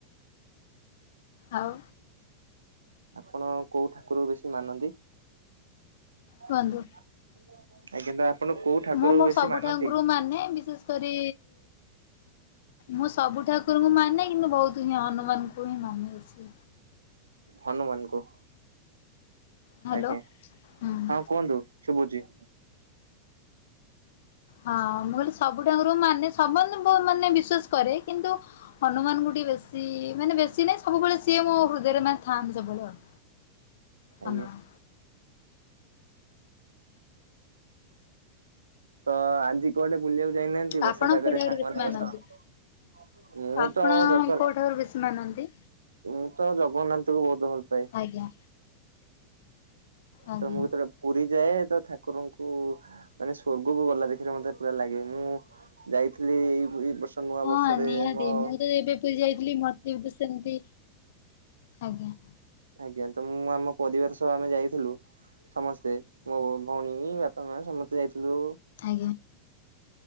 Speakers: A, on the left (about 55°); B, on the right (about 75°).
A: ଆଉ।
B: ଆପଣ କୋଉ ଠାକୁର କୁ ବେଶୀ ମାନନ୍ତି?
A: କୁହନ୍ତୁ।
B: ଆଜ କିନ୍ତୁ ଆପଣ କୋଉ ଠାକୁରକୁ
A: ମୁଁ ମୋ
B: ବେଶୀ
A: ସବୁ
B: ମାନନ୍ତି?
A: ଠାକୁରଙ୍କୁ ମାନେ ବିଶେଷ କରି ମୁଁ ସବୁ ଠାକୁରଙ୍କୁ ମାନେ କିନ୍ତୁ ବହୁତ ହିଁ ହନୁମାନଙ୍କୁ ହିଁ ମାନେ।
B: ହନୁମାନ କୁ,
A: ହ୍ୟାଲୋ
B: ଆଜ୍ଞା।
A: ହୁଁ।
B: ହଁ, କୁହନ୍ତୁ ଶୁଭୁଛି।
A: ହଁ ମୁଁ କହିଲି ସବୁଠାକୁରଙ୍କୁ ମାନେ ସମନ-ମାନେ ବିଶ୍ଵାସ କରେ କିନ୍ତୁ ହନୁମାନ କୁ ଟିକେ ବେଶ ସିଏ ମାନେ ବେଶୀ ନାହିଁ ସବୁବେଳେ ସିଏ ମୋ ହୃଦୟରେ ମାନେ ଥାଆନ୍ତି ସବୁବେଳେ ଆଉ
B: ଆଜ୍ଞା।
A: ହନୁମାନ।
B: ତ ଆଜି କୁଆଡେ ବୁଲିବାକୁ ଯାଇନାହାନ୍ତି ବର୍ଷା
A: ଆପଣ
B: ପାଗରେ
A: କୋଉ ଠାକୁର
B: ସାଙ୍ଗମାନଙ୍କ
A: ବେଶୀ ମାନନ୍ତି
B: ସହ ମୁଁ
A: ଆପଣ
B: ତ ଜଫର
A: କୋଉ ଠାକୁର ବେଶୀ ମାନନ୍ତି
B: ମୁଁ ତ ଜଗନ୍ନାଥଙ୍କୁ ବହୁତ ଭଲ ପାଏ।
A: ଆଜ୍ଞା। ଆଜ୍ଞା
B: ତ ମୁଁ ଯେତେବେଳେ ପୁରୀ ଯାଏ, ତ ଠାକୁରଙ୍କୁ ମାନେ ସ୍ଵର୍ଗକୁ ଗଲା ଦେଖିଲେ ମତେ ପୁରା ଲାଗେ। ମୁଁ ଯାଇଥିଲି ଏଇ-ଏଇ ବର୍ଷ ନୂଆ
A: ହଁ
B: ବର୍ଷରେ
A: ନିହାତି।
B: ମୋ
A: ମୁଁ ତ ଏବେ ପୁରୀ ଯାଇଥିଲି, ମତେ ବି ତ ସେମତି ଆଜ୍ଞା।
B: ଆଜ୍ଞା। ତ ମୁଁ ଆମ ପରିବାର ସହ ଆମେ ଯାଇଥିଲୁ ସମସ୍ତେ, ମୋ ଭ-ଭଉଣୀ, ବାପା, ମା ସମସ୍ତେ ଯାଇଥିଲୁ
A: ଆଜ୍ଞା।